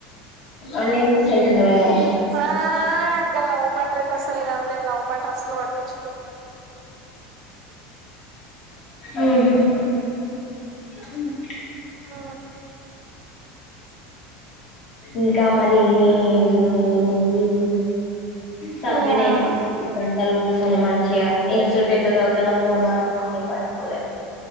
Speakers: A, on the left; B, on the right.
A: అన్నయ్యను మిస్ అయితున్నావేమో.
B: ఆ ఇంకా లవ్ మ్యాటర్ అయితే అసలు కాదు నేను లవ్ మ్యాటర్ అసలు పట్టించుకొను.
A: ఉ హు. <inaudible>
B: ఆ.
A: ఇంకా మరి ఏం ఏముంది. సద్వినై
B: యామ్
A: గంటలు. కానీ మంచిగా ఏం సుట్ చదువుతన్నో ఫోన్ పట్టుకోలే ఏమ్ పట్టుకోలే.